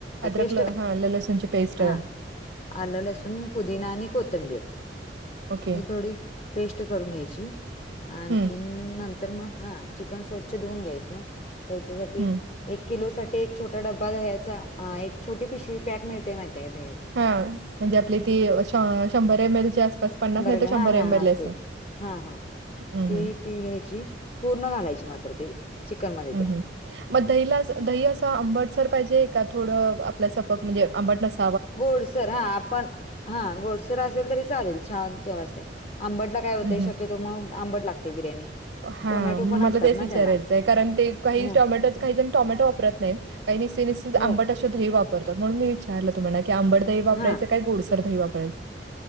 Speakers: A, on the right (about 80°); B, on the left (about 35°).
A: अद्रक
B: पेस्ट.
A: ल हां ल लसूणची पेस्ट
B: हां. आल, लसूण, पुदीना आणि कोथांबिर.
A: ओके.
B: ही थोडी पेस्ट करून घ्यायची. आणखीन
A: हं,
B: - हम्. नंतर मग हा चिकन स्वच्छ धुऊन घ्यायचं. त्याच्यासाठी-
A: हं.
B: एक किलो साठी एक छोटा डब्बा दह्याचा. एक छोटी पिशवी पॅक मिळतय माहितीये काय दह्याच.
A: हा. म्हणजे आपली ती शंभर एम एल ची अस - बस पन्नास नाही
B: ग्रॅ
A: तर
B: हां,
A: शंभर
B: हां,
A: एम एल
B: असते.
A: अस. हं.
B: हां, हां. ती
A: हं.
B: ती घ्यायची. पूर्ण घालायची मात्र ती. चिकनमध्ये
A: हम्
B: त्या.
A: हम. म दहीला दही असं आंबट सर पाहिजे का थोडं आपल्या सारखं म्हणजे आंबट नस-
B: गोडसर. हा. आपण- हा गोडसर असेल तरी चालेल. छान चव असते. आंबटला काय होतय
A: हं,
B: शक्य- -तो मग आंबट लागते बिर्याणी.
A: हा.
B: टोमॅटो
A: मला
B: पण असतात
A: तेच
B: ना
A: विचारायचंय.
B: त्याला.
A: कारण ते काही
B: हो,
A: टॉमॅटो काही जण टॉमॅटो वापरत नाहीत. काही <unintelligible>
B: हो.
A: आंबट- दही वापरतात. म्हणून म विचारल तुम्हाला की आंबर दही वापरायंच
B: हां,
A: का गोडसर दही वापरायचं?